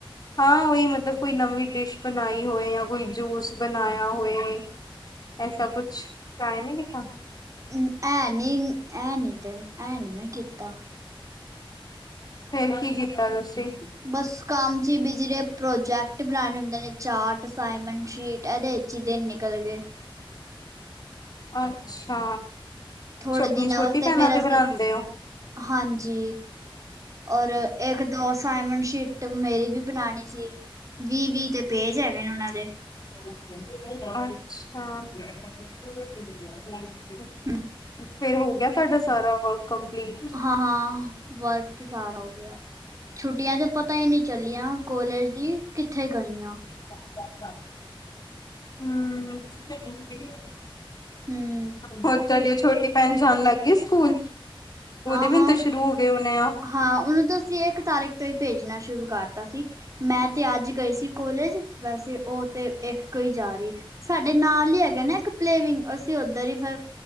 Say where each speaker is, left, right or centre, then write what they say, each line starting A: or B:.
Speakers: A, on the left; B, on the right.
A: ਹਾਂ ਉਹੀ ਮਤਲਬ ਕੋਈ ਨਵੀਂ ਡਿਸ਼ ਬਣਾਈ ਹੋਏ, ਜਾਂ ਕੋਈ ਜੂਸ ਬਣਾਇਆ ਹੋਏ। ਐਸਾ ਕੁਛ ਟਾਈਮ ਨੀ ਕੀਤਾ।
B: ਹੂੰ, ਐ ਨੀ ਐ ਨੀ ਤੇ ਐ ਨੀ ਮੈਂ ਕੀਤਾ।
A: ਫੇਰ ਕੀ ਕੀਤਾ ਤੁਸੀਂ?
B: ਬਸ ਕੰਮ ਚ ਬਿਜੜੇ ਪ੍ਰੋਜੈਕਟ ਬਣਾਉਣੇ ਹੁੰਦੇ ਨੇ ਚਾਰਟ ਅਸਾਈਨਮੈਂਟ ਸ਼ੀਟ ਇਹਦੇ ਪੱਚੀ ਦਿਨ ਨਿਕਲ ਗਏ।
A: ਅੱਛਾ,
B: ਥੋੜੇ
A: ਆਪਣੀ
B: ਦਿਨਾਂ
A: ਛੋਟੀ
B: ਵਾਸਤੇ
A: ਭੈਣਾਂ
B: ਫਿਰ
A: ਤੇ
B: ਅਸੀਂ
A: ਬਣਾਦੇ ਔ।
B: ਹਾਂਜੀ, ਔਰ। ਇੱਕ ਦੋਸਾਈਮੰਡ ਸ਼ੀਟ ਮੇਰੀ ਵੀ ਬਣਾਉਣੀ ਸੀ, ਵੀਹ-ਵੀਹ ਤੇ ਪੇਜ ਹੈਗੇ ਨੇ ਉਹਨਾਂ ਦੇ।
A: ਅੱਛਾ।
B: ਹੂੰ,
A: ਫੇਰ ਹੋ ਗਿਆ, ਤੁਹਾਡਾ ਸਾਰਾ ਵਰਕ ਕੰਪਲੀਟ?
B: ਹਾਂ-ਹਾਂ। ਵਰਕ ਸਾਰਾ ਹੋ ਗਿਆ, ਛੁੱਟੀਆਂ ਤੇ ਪਤਾ ਹੀ ਨਹੀਂ ਚੱਲੀਆਂ। ਕੋਲੇਜ ਦੀ ਕਿੱਥੇ ਗਈ ਹਾਂ।
A: ਹੂੰ,
B: ਹਮ
A: ਹੋਰ ਥੋੜੀ ਔ ਛੋਟੀ ਭੈਣ ਜਾਣ ਲੱਗ ਗਈ ਸਕੂਲ? ਉਹਦੇ
B: ਹਾਂ
A: ਵੀ
B: ਹਾਂ
A: ਤਾਂ ਸ਼ੁਰੂ ਹੋ ਗਏ ਹੋਣੇ ਆ।
B: ਹਾਂ ਉਹਨੂੰ ਤਾਂ ਅਸੀਂ ਇੱਕ ਤਾਰੀਖ ਤੋਂ ਹੀ ਭੇਜਣਾ ਸ਼ੁਰੂ ਕਰਤਾ ਸੀ। ਮੈਂ ਤੇ ਅੱਜ ਗਈ ਸੀ, ਕੋਲੇਜ ਵੈਸੇ। ਉਹ ਤੇ ਇੱਕ ਹੀ ਜਾ ਰਹੀ ਸਾਡੇ ਨਾਲ ਹੀ ਹੈਗੇ ਨਾ ਇੱਕ। ਪਲੇਵਿੰਗ ਅਸੀਂ ਉੱਧਰ ਹੀ ਫੇਰ